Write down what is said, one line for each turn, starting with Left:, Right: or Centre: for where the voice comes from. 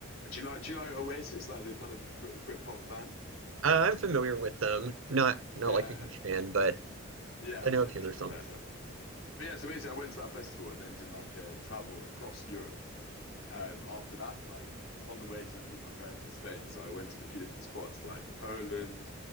Left: Do you like do you like Oasis? Like the kind of Brit Brit pop band?
Right: Uh, I'm familiar with them. Not not
Left: Yeah,
Right: like a huge
Left: yeah.
Right: fan, but
Left: Yeah,
Right: I know
Left: no,
Right: a few
Left: fair,
Right: of their songs.
Left: fair, fair. But yeah, so basically I went to that festival and then did like a travel across Europe um after that, like on the way to then meet my parents in Spain. So I went to a few different spots like Poland,